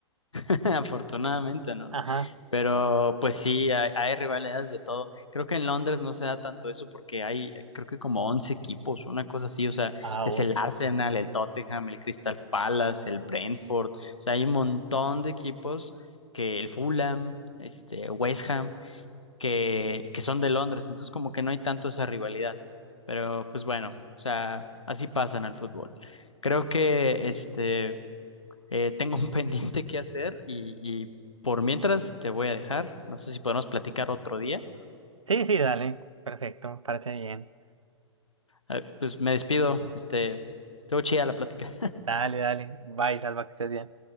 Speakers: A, on the left; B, on the right.
A: <laughs> afortunadamente no.
B: Ajá.
A: Pero pues sí, hay, hay rivalidades de todo. Creo que en Londres no se da tanto eso porque hay, eh, creo que como 11 equipos, una cosa así. O sea,
B: Ah,
A: es
B: uy.
A: el Arsenal, el Tottenham, el Crystal Palace, el Brentford. O sea, hay un montón de equipos que el Fulham, este, West Ham. que, que son de Londres, entonces como que no hay tanto esa rivalidad. Pero pues bueno, o sea, así pasa en el fútbol. Creo que este eh, tengo un <laughs> pendiente que hacer y, y por mientras te voy a dejar. No sé si podemos platicar otro día.
B: Sí, sí, dale. Perfecto, me parece bien.
A: Eh, pues me despido, este, estuvo chida la plática.
B: Dale, dale. Bye, Salva, que estés bien.